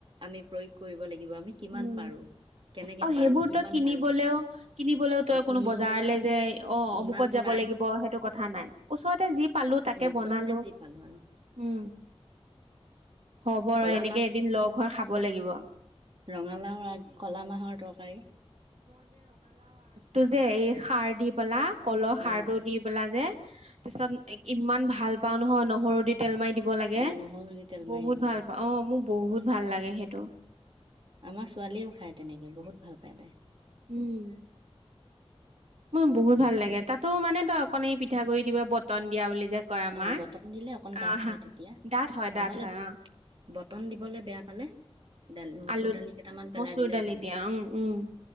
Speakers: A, on the right; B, on the right.
A: আমি প্ৰয়োগ কৰিব লাগিব আমি কিমান
B: উম
A: পাৰো কেনেকে
B: আৰু
A: পাৰো
B: সেইবোৰ
A: কিমান
B: তই কিনিবলেও,
A: পাৰিম
B: কিনিবলেও তই
A: অ কিনিব
B: কোনো বজাৰলে
A: লগা
B: যে অ'
A: ইমান
B: অমুকত যাব
A: নাই
B: লাগিব সেইটো কথা নাই। ওচৰতে যি পাত খালো তাকে
A: ওচৰতে
B: বনালো।
A: যি পালো আৰু
B: উম। হ'ব ৰ
A: ক'লা
B: সেনেকে এদিন লগ হৈ খাব লাগিব।
A: ৰঙালাওৰ আগ, কলা মাহৰ তৰকাৰী।
B: তোৰ যে এই সাৰ দি পেলা কলহ
A: অ
B: সাৰ টো দি পেলা যে তাৰিছত ইমান ভাল পাও নহ নহৰু দি তেল মাৰি দিব ব লাগে
A: অ নহৰু দি তেল মাৰি
B: বহুত
A: দিব
B: ভাল
A: লাগে
B: পাওঁ অ' মোক বহুত ভাল লাগে সেইটো।
A: আমাৰ ছোৱালীয়েও খায় তেনেকে বহুত ভাল পায় তাই।
B: উম। মোৰ বহুত ভাল লাগে। তাতো মানে তই অকণ এই পিঠাগুৰি দিবলৈ বটন দিয়া বুলি যে কয় আমাৰ
A: অ' বটন দিলে অকন ডাঠ
B: আহ
A: হয় তেতিয়া
B: ডাঠ হয়
A: নহলে
B: ডাঠ হয় অ
A: বটন দিবলে বেয়া পালে দালি মচুৰ
B: আলুত
A: দালি কেইটামান পেলাই
B: মচুৰ
A: দিলেও
B: দালি
A: ভাল
B: দিয়া। উম, উম,